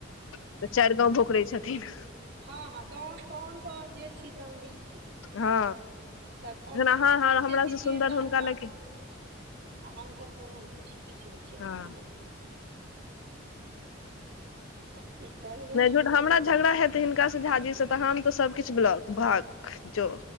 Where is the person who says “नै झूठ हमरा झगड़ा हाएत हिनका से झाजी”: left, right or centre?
Left